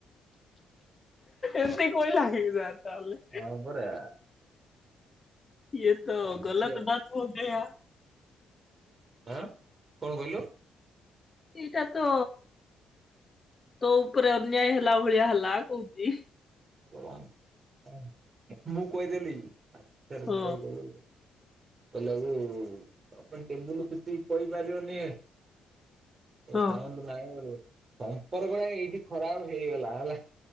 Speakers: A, on the left; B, on the right.
A: ଏମତି କଇଲା କି ଯା ତାହଲେ।
B: ହଁ ପରା।
A: ୟେ ତ
B: ଚାଲିଛି
A: ଗଲତ
B: ଆଉ
A: ବାତ ହୋଗୟା।
B: ହଁ କଣ କହିଲୁ।
A: ଏଇଟା ତ ତୋ ଉପରେ ଅନ୍ୟାୟ ହେଲା ଭଳିଆ ହେଲା କହୁଚି।
B: <unintelligible> ମୁଁ କହିଦେଲି <unintelligible>
A: ହଁ
B: କହିଲା ଆକୁ ତମେ ଟେବୁଲ ପିଟିକୀ କହିପାରିବନି। ତୋ
A: ହଁ।
B: ସାଉଣ୍ଡ ନାହିଁ ଟେ ସମ୍ପର୍କଟା ଏଇଠି ଖରାପ ହେଇଗଲା ହେଲା।